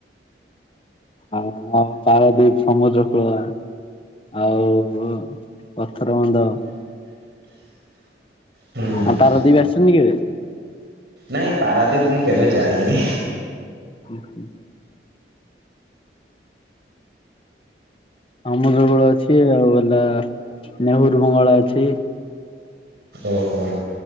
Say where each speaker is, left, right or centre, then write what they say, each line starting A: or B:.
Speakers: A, on the left; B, on the right.
A: ଆଉ ପାରାଦୀପ ସମୁଦ୍ର କୂଳ। ଆଉ ପଥର ବନ୍ଧ।
B: ହୁଁ
A: ଆଉ ପାରାଦୀପ ଆସିଛନ୍ତିି କେବେ?
B: ନାଇଁ ପାରାଦ୍ୱୀପ ମୁଁ କେବେ ଯାଇନି।
A: ହୁଁ ହୁଁ। ଅମୁଦଗୋଳ ଅଛି ଆଉ ହେଲା ନେହରୁ ବଙ୍ଗଳା ଅଛି।
B: ଓହୋ।